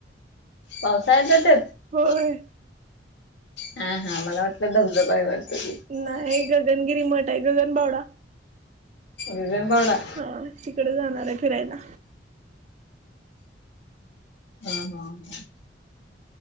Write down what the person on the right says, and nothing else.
होय
नाही
गगनगिरी मठ आहे... गगनबावडा
हा तिकड जाणारे फिरायला